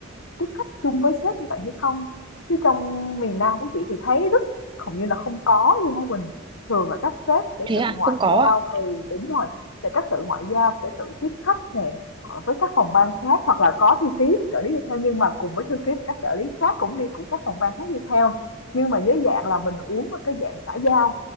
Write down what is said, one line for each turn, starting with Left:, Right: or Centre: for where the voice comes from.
Left: tiếp khách chung với sếp như vậy hay không? Chứ trong miền Nam của chị thì thấy rất hầu như là không có luôn á Quỳnh. Thường là các sếp sẽ
Right: thế
Left: tự
Right: à
Left: ngoại
Right: không có
Left: giao,
Right: ạ
Left: ừ đúng rồi, sẽ các tự ngoại giao sẽ tự tiếp khách nè họ với các phòng ban khác hoặc là có thư ký trợ lý đi theo nhưng mà cùng với thư ký và các trợ lý khác cũng đi cũng các phòng ban khác đi theo nhưng mà dưới dạng là mình uống ở cái dạng xã giao